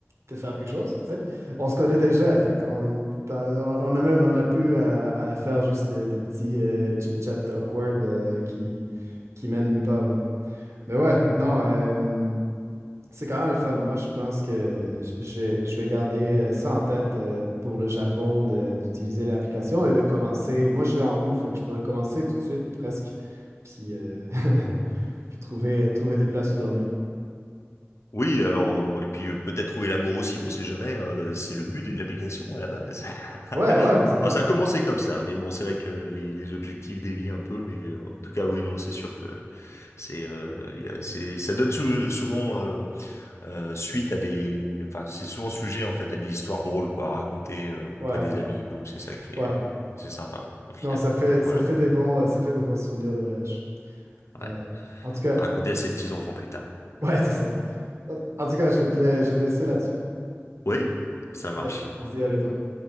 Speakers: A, on the right; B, on the left.
A: de faire quelque chose? Tu sais? On se connaît déjà, fait qu'on dans- on, on a, même- on a pu à, à faire juste des, des petits euh, chit-chats awkward euh, qui, qui mènent nulle part. Mais, mais ouais, non. euh, c'est quand même le fun. Moi, je pense que j- je, je vais garder euh, ça en tête euh, pour le Japon de- d'utiliser l'application et de commencer. Moi, je vais en août, fait que je pourrais commencer tout de suite presque, puis, euh, <laughs> puis trouver, trouver des places où dormir.
B: Oui, alors, euh, et puis euh, peut-être trouver l'amour aussi, on sait jamais, euh, c'est le but d'une application à la base. <laughs>
A: Ouais, ouais, on s'entend.
B: Enfin, ça a commencé comme ça, mais bon, c'est vrai que les, les objectifs dévient un peu, mais euh, en tout cas, oui, non, c'est sûr que c'est, euh, il y a- c'est, ça donne sou- souvent euh, euh, suite à des, enfin, c'est souvent sujet en fait à des histoires drôles, quoi, à raconter euh, auprès
A: Ouais,
B: des amis. Donc c'est ça qui est,
A: ouais.
B: c'est sympa au final.
A: Non, ça fait,
B: Voilà,
A: ça fait des bons, euh, ça fait des bons souvenirs de voyage. Euh,
B: ouais.
A: en tout cas,
B: À raconter à ses petits-enfants plus tard.
A: ouais, c'est ça. En en tout cas, je vais te, la- je vais te laisser là-dessus.
B: Oui, ça marche.
A: Yes, on se dit à bientôt.